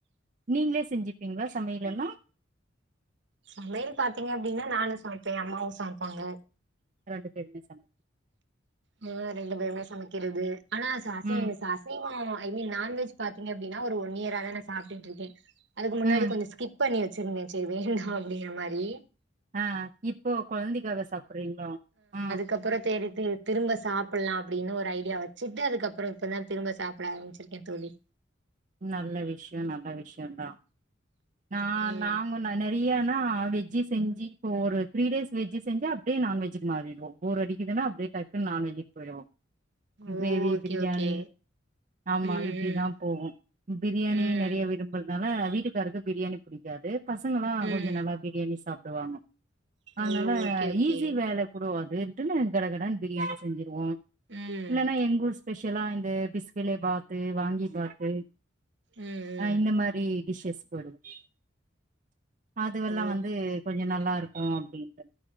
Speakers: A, on the right; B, on the right.
A: நீங்ளே செஞ்சிப்பிங்ளா சமையலெல்லா
B: சமையல் பாத்திங்க அப்டினா நானூ சமைப்பே ஏ அம்மாவூ சமைப்பாங்க
A: ரெண்டு பேருமே சமை
B: மொத ரெண்டு பேருமே சமைக்கிறது ஆனா ச அசை
A: ம்
B: ச அசைவோ ஐ மீன் நான்வெஜ் பாத்திங்க அப்டினா ஒரு ஒன் இயராதா நா சாப்டுட்ருக்கே அதுக்கு முன்னாடி
A: ம்
B: கொஞ்சொ ஸ்கிப் பண்ணி வச்சிருந்தே செரி வேண்டா அப்டிங்குற மாரீ
A: ஆ இப்போ கொழந்தைக்காக சாப்புட்றீங்ளோ ஆ
B: கப்பறொ தேடித்து திரும்ப சாப்புட்லா அப்டின்னு ஒரு ஐடியா வச்சிட்டு அதுக்கப்பறொ இப்பதா திரும்ப சாப்புட ஆரம்பிச்சிருக் கே தோழி
A: நல்ல விஷ்யோ நல்ல விஷ்யொந்தா நா
B: ம்
A: நாங்க ந நெறையானா வெஜ்ஜி செஞ்சி இப்பொ ஒரு த்ரீ டேஸ் வெஜ்ஜி செஞ்சா அப்டியே நான்வெஜ்ஜுக் மாறிடுவோ போர் அடிக்குதுனா அப்டியே டக்குன் நான்வெஜ்ஜுக் பொயிடுவோ
B: ஓ
A: க்ரேவீ
B: ஓகே
A: பிரியாணீ
B: ஓகே
A: ஆமா
B: ம்
A: இப்டிதா போகூ பிரியாணி
B: ம் ம்
A: நெறையா விரும் புறத்னால வீட்டுக்காரர்க்கூ பிரியாணி புடிக்காது பசங்கலா
B: ம்
A: கொஞ்சொ நல்லா பிரியாணி சாப்டுவாங்க அதுனால
B: ஓ ஓகே ஓகே
A: ஈஸி வேல புரோ அதுன்டுனு கடகடான் பிரியாணி செஞ்சிருவோ
B: ம்
A: இல்லனா எங்க ஊர்ஸ் பெஷலா இந்த பிஸ்கெலேபாத்தூ வாங்கி பாத்தூ
B: ம் ம்
A: அ இந்த மார் ஹி ஸ் எஸ்பட்அதுவல்லா
B: ஓ
A: வந்து கொஞ்சம் நல்லா இருக்கும் அப்டின்டு